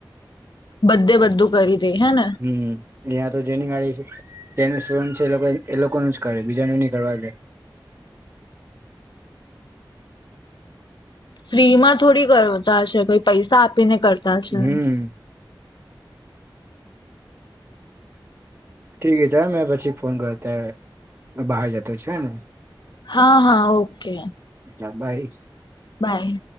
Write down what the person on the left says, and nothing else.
બધે બધું કરી ઈ હે ને.
ફ્રી માં થોડી ઘાશે કોઈ પૈસા આ આપીને કરતા છે.
હા હા ઓકે.
બાય.